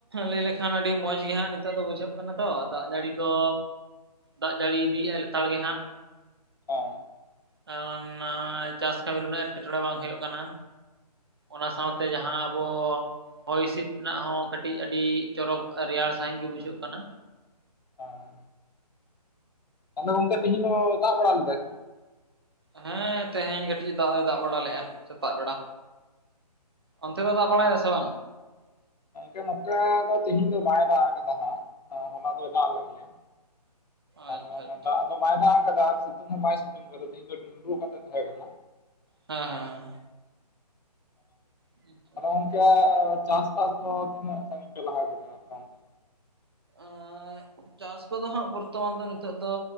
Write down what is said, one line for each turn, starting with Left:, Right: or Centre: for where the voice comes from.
Right: ᱞᱟᱹᱭ ᱞᱮᱠᱷᱟᱱ ᱟᱹᱰᱤ ᱢᱚᱸᱡ ᱜᱮᱦᱟᱸᱜ ᱱᱤᱛᱚᱜ ᱫᱚ ᱵᱩᱡᱷᱟᱹᱜ ᱠᱟᱱᱟ ᱛᱚ ᱫᱟᱜ ᱡᱟᱹᱲᱤ ᱠᱚ ᱫᱟᱜ ᱡᱟᱹᱲᱤ ᱤᱫᱤᱭᱮᱫᱼᱟᱭ ᱞᱮᱛᱟᱲ ᱜᱮ ᱦᱟᱸᱜ᱾
Left: <unintelligible>
Right: ᱠᱟᱨᱚᱱ ᱱᱚᱜᱼᱚᱭ ᱪᱟᱥ ᱠᱟᱹᱢᱤ ᱨᱮ ᱫᱚ ᱮᱴᱠᱮᱴᱚᱬᱮ ᱵᱟᱝ ᱦᱩᱭᱩᱜ ᱠᱟᱱᱟ᱾ ᱚᱱᱟ ᱥᱟᱶᱛᱮ ᱡᱟᱦᱟᱸ ᱟᱵᱚ ᱦᱚᱭ ᱦᱤᱸᱥᱤᱫ ᱨᱮᱱᱟᱜ ᱦᱚᱸ ᱠᱟᱹᱴᱤᱡ ᱟᱹᱰᱤ ᱪᱚᱨᱚᱠ ᱨᱮᱭᱟᱲ ᱥᱟᱺᱦᱤᱡ ᱜᱮ ᱵᱩᱡᱷᱟᱹᱜ ᱠᱟᱱᱟ᱾
Left: ᱟᱨ, ᱛᱟᱦᱚᱞᱮ ᱜᱚᱝᱠᱮ ᱛᱮᱦᱮᱧ ᱫᱚ ᱫᱟᱜ ᱵᱟᱲᱟ ᱞᱮᱫᱟᱭ?
Right: ᱦᱮᱸ, ᱛᱮᱦᱮᱧ ᱠᱟᱹᱴᱤᱡ ᱫᱟᱜ ᱫᱚ ᱫᱟᱜ ᱵᱟᱲᱟ ᱞᱮᱫᱼᱟ ᱥᱮᱛᱟᱜ ᱵᱮᱲᱟ᱾ ᱚᱱᱛᱮ ᱫᱚ ᱫᱟᱜ ᱵᱟᱲᱟᱭᱟ ᱥᱮ ᱵᱟᱝ?
Left: ᱜᱚᱝᱠᱮ ᱱᱚᱛᱮ ᱫᱚ ᱛᱤᱦᱤᱧ ᱫᱚ ᱵᱟᱭ ᱫᱟᱜ ᱟᱠᱟᱫᱟ ᱦᱟᱸᱜ, ᱦᱚᱞᱟ ᱫᱚᱭ ᱫᱟᱜ ᱞᱮᱫ ᱜᱮᱭᱟ᱾
Right: ᱟᱪᱪᱷᱟ
Left: ᱟᱨ ᱢᱟᱱᱮ
Right: ᱟᱪᱪᱷᱟ
Left: ᱫᱟᱜ ᱫᱚ ᱵᱟᱭ ᱫᱟᱜ ᱟᱠᱟᱫᱟ ᱟᱨ ᱥᱤᱛᱩᱝ ᱦᱚᱸ ᱵᱟᱭ ᱥᱤᱛᱩᱝ ᱠᱟᱫᱟ ᱛᱮᱦᱮᱧ ᱫᱚ ᱰᱩᱱᱰᱨᱩ ᱠᱟᱛᱮᱫ ᱛᱟᱦᱮᱸᱜ ᱠᱟᱱᱟ᱾
Right: ᱦᱮᱸ,
Left: ᱚᱱᱟᱜᱮ
Right: ᱦᱮᱸ ᱟᱪᱪᱷᱟ
Left: ᱟᱫᱚ
Right: ᱟᱪᱪᱷᱟ
Left: ᱜᱚᱝᱠᱮ ᱪᱟᱥᱵᱟᱥ ᱫᱚ ᱛᱤᱱᱟᱹᱜ ᱥᱟᱺᱜᱤᱧ ᱯᱮ ᱞᱟᱦᱟ ᱠᱮᱫᱟ ᱟᱯᱮ ᱚᱱᱛᱮ? ᱫᱚ?
Right: ᱮᱸᱻ ᱪᱟᱥ ᱠᱚᱫᱚ ᱦᱟᱸᱜ ᱵᱚᱨᱛᱚᱢᱟᱱ ᱫᱚ ᱱᱤᱛᱚᱜ ᱫᱚ